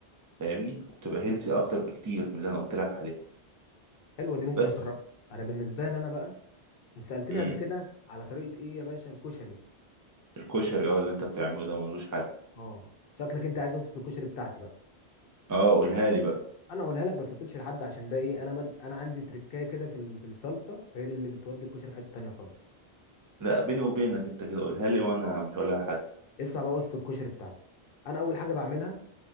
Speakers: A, on the right; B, on the left.
A: فاهمني وبتبقى هيلسي اكتر بكتير من اللي انا قلت لك عليه
B: حلوه دي ممكن
A: بس
B: اجربها انا بالنسبه لي انا بقى انت سالتني
A: امم
B: قبل كده على طريقه ايه يا باشا الكشري
A: الكشري اه اللي انت بتعمله ده ملوش حل
B: اه شكلك انت عايز وصفه الكشري بتاعتي بقى
A: اه قولها لي بقى
B: انا اقولها لك بس ما تقولش لحد عشان ده ايه انا بد... انا عندي تركايه كده في ال- في الصلصه هي دي اللي بتودي الكشري في حته تانيه خالص
A: لا بيني وبينك انت كده قولها لي وانا
B: اه
A: مش هقولها لحد
B: اسمع بقى وصفه الكشري بتاعتي انا اول حاجه بعملها